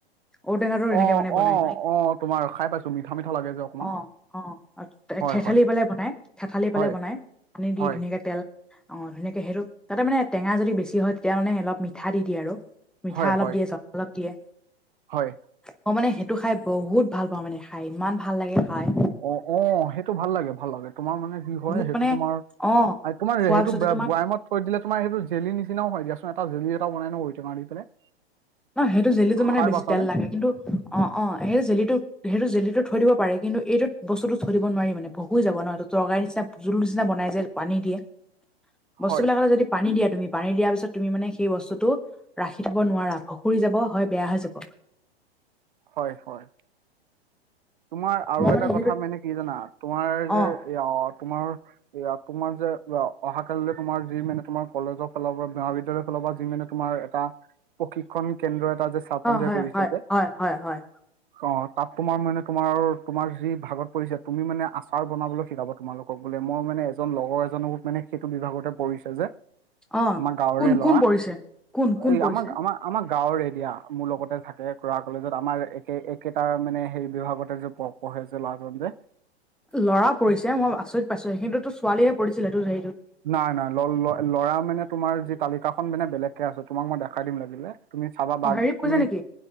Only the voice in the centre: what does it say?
ঔটেঙাটো তেনেকে
মানে বনাই
মানে
অ', অ'
ঠেঠালি
পালে বনাই থেথালি পালে
বনাই পানী দি
ধুনীয়াকে তেল অ' ধুনীয়াকে সেইটো তাতে মানে টেঙা যদি বেছি হয়, তেতিয়া মানে অলপ মিঠা দি দিয়ে আৰু। মিঠা
অলপ
দিয়ে, জল অলপ দিয়ে।
মই মানে সেইটো খাই বহুত ভাল পাওঁ মানে খাই, ইমান ভাল লাগে খাই।
মোক
মানে
অ
খোৱাৰ
পিছতে
তোমাক
নহ, সেইটো জেলীটো মানে
বেছি
তেল লাগে। কিন্তু অ' অ', সেই জেলীটো সেইটো জেলীটো থৈ দিব পাৰে। কিন্তু, এইটোত বস্তুটো থৈ দিব নোৱাৰি মানে। <unintelligible> যাব ন, তৰকাৰী নিচিনা, জোল নিচিনা বনাই যে পানী দিয়ে। বস্তুবিলাক
যদি পানী দিয়া, তুমি পানী দিয়াৰ পিছত তুমি মানে সেই বস্তুটো ৰাখি থ'ব নোৱাৰা। অঁসুৰি যাব, হয় বেয়া হৈ যাব।
মই
সেইটো
অ
অ
হয়
হয়
হয় হয় হয়
অ
কোন
কোন পৰিছে কোন কোন
পৰিছে
ল'ৰা পৰিছে, মই আচৰিত পাইছোঁ। সেইখিনিতটো ছোৱালীহে পৰিছিল, সেইটো হেৰিটোত।
অ
হেৰি পৰিছে
নেকি?